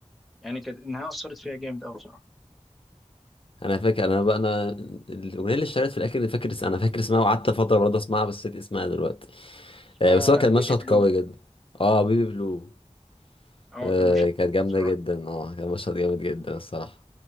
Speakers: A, in the centre; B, on the left (about 50°).
A: يعني كانت النهايه اثرت فيها جامد قوي بصراحه
B: انا فاكر انا بقى انا الاغنيه اللي اشتغلت في الاخر اللي فاكر اس- انا فاكر اسمها وقعدت فتره برضه اسمعها بس نسيت اسمها دلوقتي
A: اسمها
B: آه بس هو كان
A: بيبي
B: مشهد
A: بلو
B: قوي جدا اه بيبي بلو
A: اه
B: آه
A: كان ماشي تحفه
B: كانت جامده
A: بصراحه
B: جدا اه كان مشهد جامد جدا الصراحه